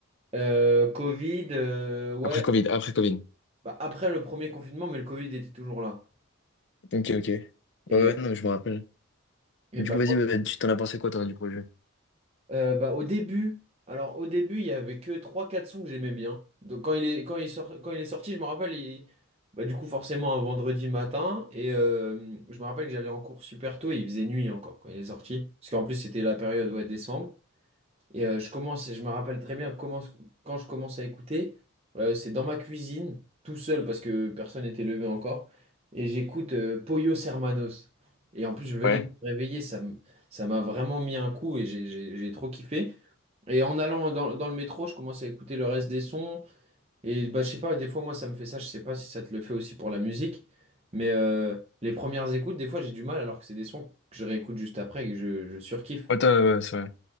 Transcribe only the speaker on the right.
Euh, Covid, euh, ouais.
bah, après le premier confinement, mais le Covid était toujours là.
Et,
euh,
et
bah,
moi,
euh, bah, au début, alors au début, il y avait que trois quatre sons que j'aimais bien. Donc quand il est, quand il sort, quand il est sorti, je me rappelle, il- bah, du coup, forcément, un vendredi matin. Et euh, je me rappelle que j'allais en cours super tôt et il faisait nuit encore quand il est sorti. Parce qu'en plus, c'était la période, ouais, décembre. Et euh, je commence, je me rappelle très bien comment, quand je commence à écouter, euh, c'est dans ma cuisine, tout seul, parce que personne n'était levé encore, et j'écoute euh, Pollos Hermanos. Et en plus, je venais
de me réveiller, ça m- ça m'a vraiment mis un coup et j'ai j'ai- j'ai trop kiffé. Et en allant dans, dans le métro, je commence à écouter le reste des sons. Et bah, je sais pas, des fois, moi, ça me fait ça, je sais pas si ça te le fait aussi pour la musique, mais euh, les premières écoutes, des fois, j'ai du mal, alors que c'est des sons que je réécoute juste après et que je, je surkiffe.